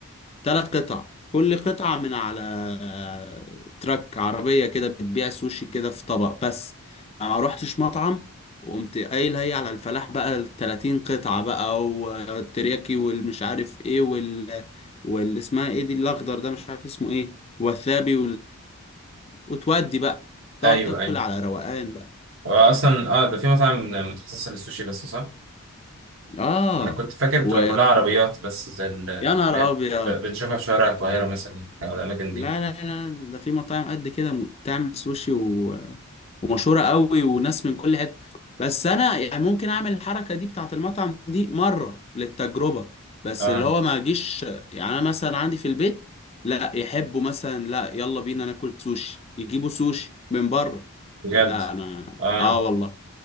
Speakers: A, on the left; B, on the right.
A: تلات قطع كل قطعة من على آه، تراك عربية كده بتبيع سوشي كده في طبق بس أنا ما روحتش مطعم وقمت قايل هي على الفلاح بقى ال 30 قطعة بقى والترياكي والمش عارف ايه وال واللي اسمها ايه دي الأخضر ده مش عارف اسمه ايه والثابي وتودي بقى تقعد
B: ايوه
A: تاكل
B: ايوه
A: على روقان بقى
B: هو اصلا اه ده في مطاعم متخصصه للسوشي بس صح
A: اه
B: انا كنت فاكر بتبقى
A: و
B: كلها عربيات بس زي ال- اللي
A: يا نهار
B: هي ب-
A: ابيض
B: ب- بنشوفها في شوارع القاهره مثلا او الاماكن
A: لا
B: دي
A: لا لا ده في مطاعم قد كده م- بتعمل سوشي و... ومشهوره قوي وناس من كل حته بس انا يعني ممكن اعمل الحركه دي بتاعت المطعم دي مره للتجربه بس
B: اه
A: اللي هو ما اجيش يعني انا مثلا عندي في البيت لا يحبوا مثلا لا يلا بينا ناكل سوشي يجيبوا سوشي من بره
B: بجد
A: لا انا
B: اه
A: اه والله